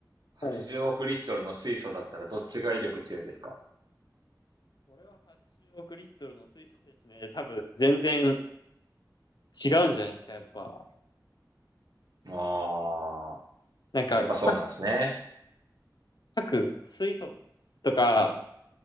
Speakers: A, on the right; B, on the left.
A: 80億リットルの水素だったらどっちが威力強いですか
B: はい。これは80億リットルの水素ですね。多分全然違うんじゃないですか、やっぱ。
A: ああ、
B: なんか、
A: やっぱそうなんですね。
B: か各水素とか